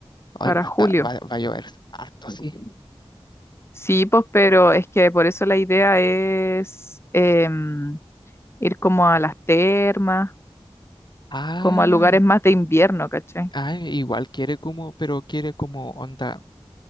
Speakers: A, on the left; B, on the left.
A: para
B: Ay, va
A: julio.
B: a estar- va, va a llover harto, sí.
A: Sí, pues, pero es que por eso la idea es em, ir como a las termas,
B: Ah,
A: como a lugares más de invierno, ¿cachai?
B: ah, igual quiere como, pero quiere como onda.